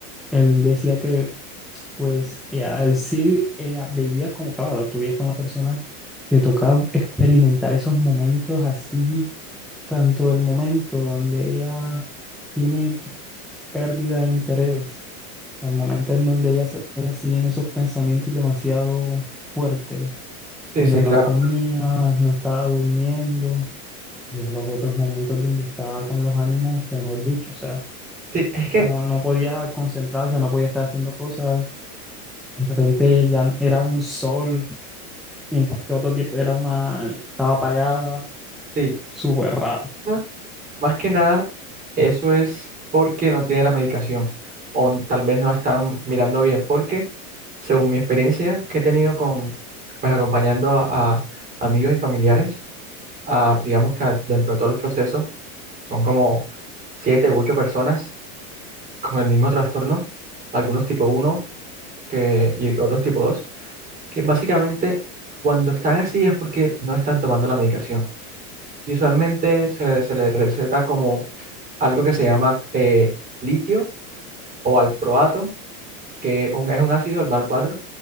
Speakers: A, in the centre; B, on the right.
A: él decía que, pues, ya, él sí eh, vivía como, claro, tú vives con la persona, te tocaba experimentar esos momentos así, tanto el momento donde ella tiene pérdida de interés, el momento en donde ella se ve así en esos pensamientos demasiado fuertes,
B: sí,
A: donde
B: sí,
A: no
B: claro.
A: comía, no estaba durmiendo, y a los otros momentos donde estaba con los ánimos, que mejor dicho, o sea,
B: Sí, es que
A: no, no podía concentrarse, no podía estar haciendo cosas De repente ya era un sol, mientras que otro tiempo era una, estaba apagada,
B: sí,
A: súper raro.
B: ma- más que nada Eso es porque no tiene la medicación o tal vez no la están mirando bien, porque según mi experiencia que he tenido con, pues acompañando a, a amigos y familiares, a, digamos que a- dentro de todo el proceso son como siete u ocho personas con el mismo trastorno, algunos tipo uno que, y otros tipo 2 que básicamente cuando están así es porque no están tomando la medicación. Y usualmente se, se les receta como algo que se llama eh, litio o valproato, que un- es un ácido, el valproato,